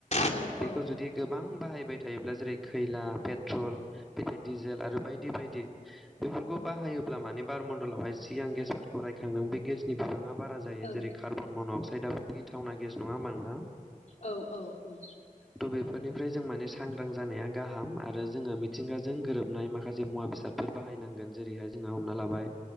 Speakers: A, on the left (about 55°); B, in the centre.
A: औ
B: बेखौ
A: औ
B: जुदि गोबां बाहायबाय थायोब्ला जेरै खैला, पेट्रल बेदि डिजेल आरो बायदि बायदि। बेफोरखौ बाहायोब्ला माने बारमण्डलावहाय जि आं गेसफोरखौ रायखांदों बे गेसनि बिबाङा बारा जायो।
A: औ
B: जेरै कार्बन मन'अक्साइडआबो गिथावना गेस नङा होमबा नोंथां?
A: औ औ औ।
B: थ' बेफोरनिफ्राय जों माने सांग्रां जानाया गाहाम आरो जोङो मिथिंगाजों गोरोबनाय माखासे से मुवा बेसादफोर बाहायनांगोन। जेरैहाय जोंहा हमना लाबाय